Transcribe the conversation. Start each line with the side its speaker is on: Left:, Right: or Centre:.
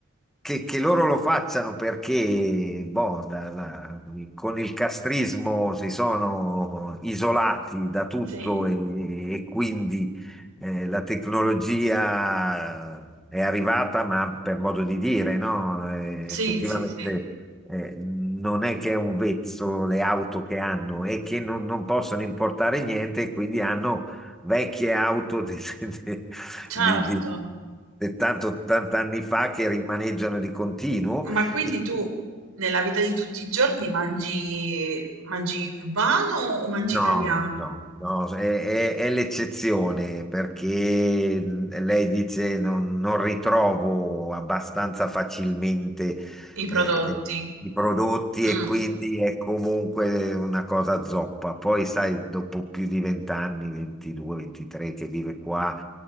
Centre: che, che loro lo facciano perché boh, da- da- con il castrismo si sono isolati da tutto
Right: Sì,
Centre: e, e quindi eh, la tecnologia è arrivata, ma per modo di dire, no? Eh,
Right: sì,
Centre: effettivamente.
Right: sì, sì.
Centre: eh, non è che è un vezzo le auto che hanno, è che non, non possono importare niente e quindi hanno vecchie auto de- <laughs> de- di,
Right: Certo.
Centre: di 70-80 anni fa che rimaneggiano di continuo.
Right: Ma quindi
Centre: E
Right: tu nella vita di tutti i giorni mangi, mangi cubano o mangi
Centre: No,
Right: italiano?
Centre: no, no, è, è- è l'eccezione perché mhmm, lei dice non, non ritrovo abbastanza facilmente
Right: I prodotti.
Centre: eh, eh, i prodotti
Right: Mh,
Centre: e quindi è comunque una cosa zoppa. Poi sai, dopo più di 20 anni, 22, 23 che vive qua,